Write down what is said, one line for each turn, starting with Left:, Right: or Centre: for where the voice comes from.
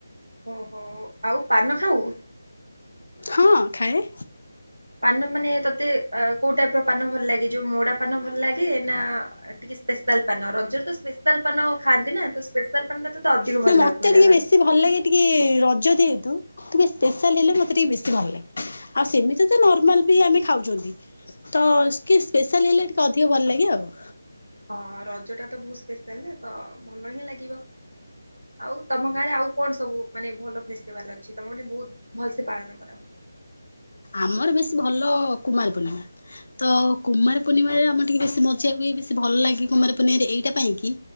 Right: ଓହୋ ଆଉ ପାନ ଖାଉ।
Left: ହଁ ଖାଏ।
Right: ପାନ ମାନେ ତତେ ଅ କୋଉ ଟାଇପର ପାନ ଭଲ ଲାଗେ ଯୋଉ ମୋଡା ପାନ ଭଲ ଲାଗେ ନା ଟିକେ। ସ୍ପେଶାଲ ପାନ ରଜରେ ତ ସ୍ପେଶାଲ ପାନ ଖାଆନ୍ତି ନା ତ ସ୍ପେଶାଲ୍ ପାନଟା ତତେ ଅଧିକ
Left: ନା
Right: ଭଲ
Left: ମତେ
Right: ଲାଗୁଥିବ ଯାହା
Left: ଟିକେ
Right: ଲାଗୁଛି।
Left: ବେଶୀ ଭଲ ଲାଗେ ଟିକେ ରଜ ଯେହେତୁ। ଟିକେ ସ୍ପେଶାଲ ହେଲେ ମତେ ଟିକେ ବେଶୀ ଭଲ ଲାଗେ ଆଉ ସେମିତି ତ ନର୍ମାଲ ବି ଆମେ ଖାଉଛନ୍ତି। ତ ସ୍ପେଶାଲ୍ ହେଲେ ଟିକେ ଅଧିକ ଭଲ ଲାଗେ ଆଉ
Right: ହଁ ରଜଟା ତ ବହୁତ ସ୍ପେଶାଲ ନା ତ ଭଲ ହିଁ ଲାଗିବ। ଆଉ ତମ ଗାଁରେ ଆଉ କଣ ସବୁ ମାନେ ଭଲ ଫେଷ୍ଟିଭାଲ ଅଛି ତମ ମାନେ ବହୁତ। ଭଲସେ ପାଳନ କର ହୁଏ।
Left: ଆମର ବେଶୀ ଭଲ କୁମାର ପୂର୍ଣ୍ଣିମା। ତ କୁମାର ପୂର୍ଣ୍ଣିମାରେ ଆମର ଟିକେ ବେଶୀ ମଜା ହୁଏ ବେଶୀ ଭଲ ଲାଗେ କୁମାର ପୂର୍ଣ୍ଣିମାରେ ଏଇଟା ପାଇଁ କି।